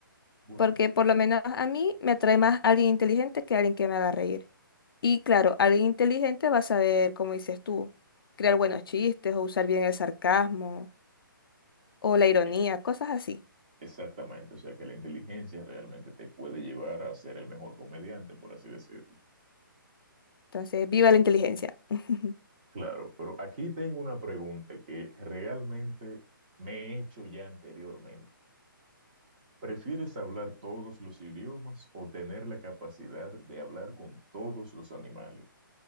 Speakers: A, on the right; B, on the left.
A: Bueno,
B: Porque por lo menos a mí me atrae más alguien inteligente que alguien que me haga reír. Y claro, alguien inteligente va a saber, como dices tú, crear buenos chistes o usar bien el sarcasmo o la ironía,
A: e-
B: cosas así.
A: exactamente, o sea que la inteligencia realmente te puede llevar a ser el mejor comediante, por así decirlo.
B: Entonces, viva la inteligencia. <laughs>
A: Claro, pero aquí tengo una pregunta que realmente me he hecho ya anteriormente. ¿Prefieres hablar todos los idiomas o tener la capacidad de hablar con todos los animales?